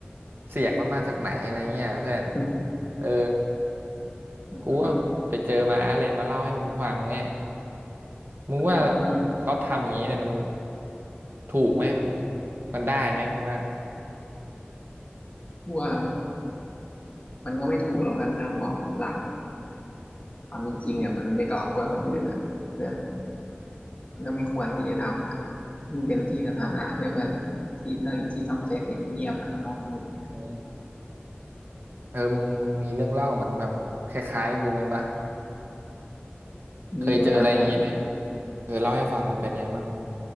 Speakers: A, on the right; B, on the left.
A: เสียงมันมาจากไหนอะไรเงี้ยเพื่อน
B: อืม
A: เออ
B: อืมอื
A: กูว่าไปเจอมาเลยมาเล่าให้มึงฟังเนี่ยมึงว่า
B: มอืม
A: เขาทำอย่างนี้เนี่ยมันถูกไหมมันมันได้ไหมมึงว่า
B: ว่ามันก็ไม่ถูกแล้วกันถ้ามองหลักความเป็นจริงอ่ะมันไม่ก่อกวนคนอื่นอ่ะเพื่อนมันก็ไม่ควรที่จะทำอ่ะยิ่งเป็นที่สาธารณะด้วยเพื่อนที่ต้องที่ต้องใจเสียงเงียบๆอ่ะมันห้องสมุดเนี่ย
A: อืมเออมึงมึงมีเรื่องเล่าเหมือนแบบคล้ายๆกูไหมวะ เคยเจออะไรอย่างนี้ไหม
B: มีเหมือนกันเพื่อน
A: เออเล่าให้ฟังกันเป็นไงบ้าง